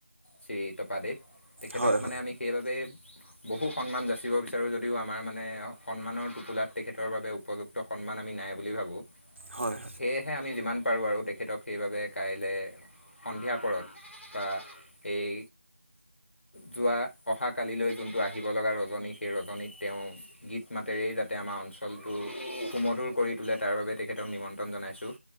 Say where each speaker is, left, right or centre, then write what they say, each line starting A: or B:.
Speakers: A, on the left; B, on the right.
A: শ্ৰী তপাদেৱ তেখেতক
B: হয় হয়
A: মানে আমি সেইবাবে বহু সন্মান যাচিব বিচাৰো যদিও আমাৰ মানে সন্মানৰ টোপোলাত তেখেতৰ বাবে উপযুক্ত আমি নাই বুলি ভাবোঁ
B: হয় হয়
A: সেয়েহে আমি যিমান পাৰো আৰু তেখেতক সেইবাবে কাইলে সন্ধিয়া পৰত বা এই যোৱা অহা কালিলৈ যোনটো আহিব লগা ৰজনী সেই ৰজনীত তেওঁ গীত মাতেৰে যাতে আমাৰ অঞ্চলটো সুমধুৰ কৰি তোলে তাৰ বাবে তেখেতক নিমন্ত্ৰণ জনাইছো